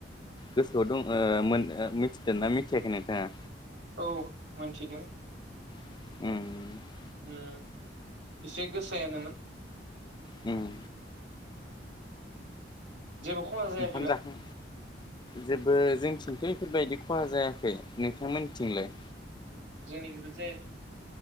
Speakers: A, on the left; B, on the right.
A: गोसोआव दं मिथिदों ना मिथियाखै नोंथाङा।
B: औ मिथिदों।
A: उम <inaudible>
B: उम एसे गोसायानो मोन।
A: उम।
B: जेबो खहा जायाखैबा
A: ओंखाम जाखां जेबो जोंनिथिं। बेफोरबायदि खहा जायाखै नोंथांमोननिथिंलाय।
B: जोंनि जायाखै।